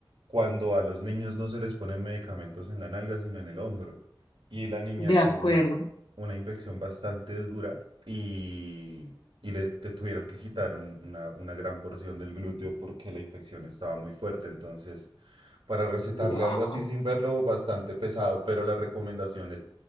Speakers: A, on the right (about 80°); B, on the left (about 70°).
A: cuando a los niños no se les ponen medicamentos en la nalga, sino en el hombro. Y la niña
B: De
A: tuvo
B: acuerdo.
A: una, una infección bastante dura y, y le, te tuvieron que quitar un- una, una gran porción del glúteo porque la infección estaba muy fuerte. Entonces, para recetarle
B: Wow.
A: algo así sin verlo, bastante pesado, pero la recomendación es